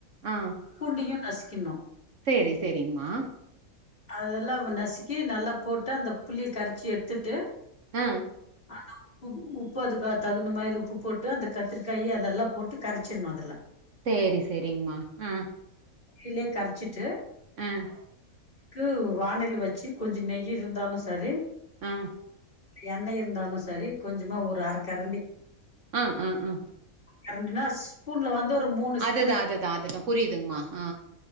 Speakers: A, on the right; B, on the left.
A: ஆ
B: பூண்டையும் நசிக் கின்னோ
A: சேரி சேரிங்கமா
B: அதெல்லா நசுக்கி நல்லா போட்டு அந்த புளிய கரைச்சி எடுத்துட்டு
A: அ
B: அந்த உப்பு உப்பு அதுக்கு தகுந்த மாரி உப்பு போட்டு அந்த கத்திரிக்காய் அதெல்லா போட்டு கரச்சிடனும் அதுல
A: சேரி சேரிங்கமா அ
B: இதுலே கரச்சிட்டு
A: ம்
B: க்கு வணால் வச்சு கொஞ்ச நெய் இருந்தாலும் செரி
A: ம்
B: எண்ணெய் இருந்தாலும் சரி கொஞ்சமா ஒரு அரக்கரண்டி
A: ம் ம் ம்
B: கரண்டு நா ஸ்பூன்ல வந் ஒரு மூணு ஸ்
A: அதுதா அதுதா அதுதா புரிதுங்மா அ